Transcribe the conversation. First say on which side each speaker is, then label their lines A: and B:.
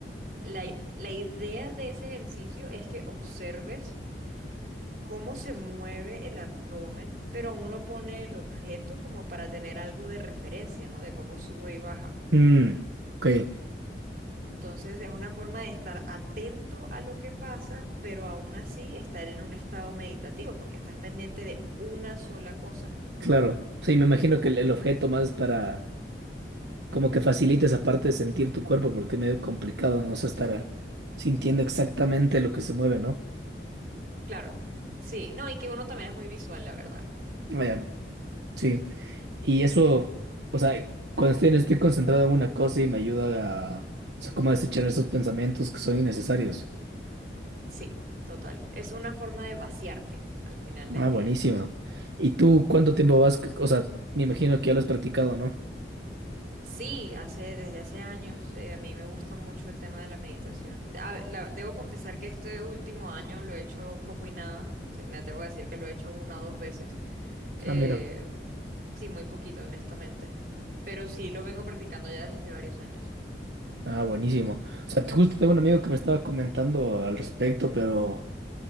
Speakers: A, on the right (about 50°); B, on the right (about 75°).
A: la, i- la idea de ese ejercicio es que observes cómo se mueve el abdomen, pero uno pone el objeto como para tener algo de referencia, ¿no? De cómo sube y baja.
B: Mm, ok,
A: Entonces es una forma de estar atento a lo que pasa, pero aún así estar en un estado meditativo, porque estás pendiente de una sola cosa.
B: claro. Sí, me imagino que el, el objeto más es para como que facilite esa parte de sentir tu cuerpo porque es medio complicado, ¿no? O sea, estar sintiendo exactamente lo que se mueve, ¿no?
A: Claro, sí, no, y que uno también es muy visual, la verdad.
B: Vaya, sí. Y eso, o sea, cuando estoy, en- estoy concentrado en una cosa y me ayuda a, o sea, como a desechar esos pensamientos que son innecesarios.
A: Sí, total. Es una forma de vaciarte al final del
B: Ah, buenísimo.
A: día.
B: ¿Y tú cuánto tiempo vas? c- O sea, me imagino que ya lo has practicado, ¿no?
A: Sí, hace, desde hace años eh, a mí me gusta mucho el tema de la meditación. A- la- debo confesar que este último año lo he hecho poco y nada. se- Me atrevo a decir que lo he hecho una o dos veces. Eh,
B: Ah, mira.
A: sí, muy poquito, honestamente. Pero sí lo vengo practicando ya desde hace varios años.
B: Ah, buenísimo. O sea, te- justo tengo un amigo que me estaba comentando al respecto, pero